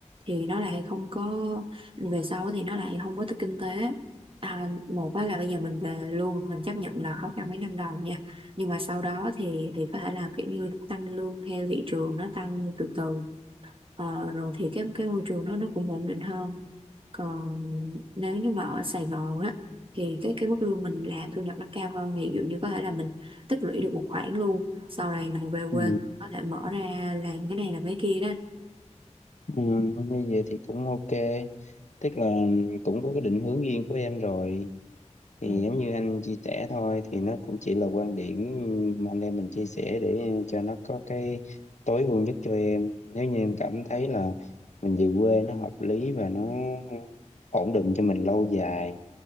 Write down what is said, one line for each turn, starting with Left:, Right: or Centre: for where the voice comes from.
Right: thì nó lại không có về sau thì nó lại không có tới kinh tế à, một á là bây giờ mình về luôn mình chấp nhận là khó khăn mấy năm đầu nha nhưng mà sau đó thì thì có thể là kiểu như tăng lương theo thị trường nó tăng từ từ Ờ, rồi thì cái cái môi trường nó nó cũng ổn định hơn còn nếu như mà ở Sài Gòn á thì cái cái mức lương mình làm thu nhập nó cao hơn thì ví dụ như có thể là mình tích lũy được một khoản luôn sau này mình về quê
Left: Ừ.
Right: có thể mở ra làm cái này làm cái kia đó
Left: Ừ. như vậy thì cũng ok tức là cũng có cái định hướng riêng của em rồi thì
Right: Ừ.
Left: giống như anh chia sẻ thôi thì nó cũng chỉ là quan điểm mà anh em mình chia sẻ để cho nó có cái tối ưu nhất cho em nếu như em cảm thấy là mình về quê nó hợp lý và nó ổn định cho mình lâu dài